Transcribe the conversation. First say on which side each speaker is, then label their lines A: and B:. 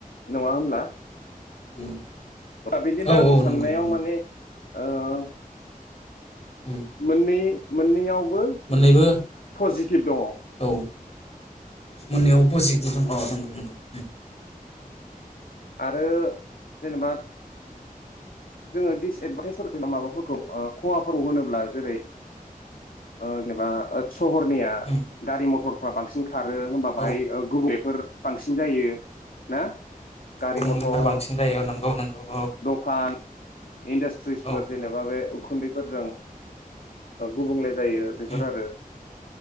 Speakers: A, on the left (about 75°); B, on the left (about 45°).
A: नङा होनब्ला।
B: नंगौ
A: बिदिनो
B: औ
A: आंनि
B: औ
A: साननायाव
B: नंगौ नंगौ
A: माने। <unintelligible>
B: उम
A: मोनै। मोनै आव। बो
B: मोननैबो
A: पजिटिभ दङ।
B: औ मोननैयावबो पजिटिभ औ नंगौं।
A: आरो जेनेबा‌ जोङो दिडिसएदभान्टेज माबाफोरखौ खहााफोरखौ होनोब्ला जेरै जेनेबा सहरनिया
B: उम
A: गारि मथरफ्रा बांसिन। खारो होनबा बाहाय
B: औ
A: गुबुंलेफोर। बांसिन जायो ना। गारि
B: गुबुंलेफोर
A: मथर
B: बांसिन जायो औ नंगौ। औ
A: दखान। इन्डास्ट्रीसफोर
B: औ
A: जेनेबा‌ बे। उखुन्दैफोरजों गुबुंले जायो बेफोर
B: उम
A: आरो। <inaudible>